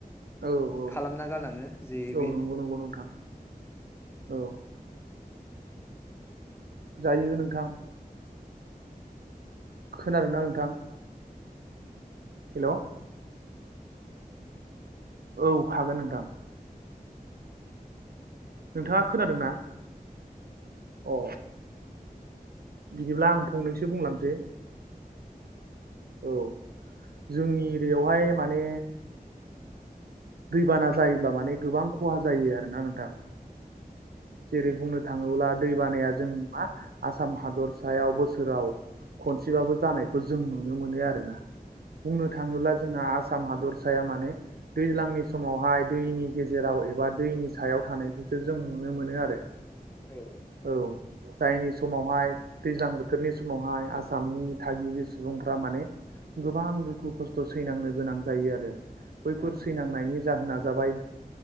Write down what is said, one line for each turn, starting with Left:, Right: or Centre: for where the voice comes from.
Right: औ औ
Left: खालामना गालाङो जे
Right: औ
Left: बे
Right: नंगौ नंगौ नोंथां औ जायो नोंथां। खोनादोंना नोंथां? हेलौ औ हागोन नोंथां। नोंथांङा खोनादों ना? अ बिदिब्ला आं फंनैसो बुंलांसै औ जोंनि इरियावहाय माने दैबाना जायोब्ला माने गोबां खहा जायो आरोना नोंथां। जेरै बुंनो थांङोब्ला दै बानाया जों नंङा आसाम हादरसायाव बोसोराव खनसेबाबो जानायखौ जों नुनो मोनो आरोना बुंनो थांङोब्ला जोंहा साम हादर साया माने दैज्लांनि समावहाय दैनि गेजेराव एबा दैनि सायाव थानायखौसो जों नुनो मोनो आरो।
Left: औ
Right: औ जायनि समावहाय दैज्लां बोथोरनि समावहाय आसामनि थागिबि सुबुंफ्रा माने गोबां दुखु खस्थ' सैनांनो गोनां जायो आरो। बैफोर
Left: औ
Right: सैनांनायनि जाहोना जाबाय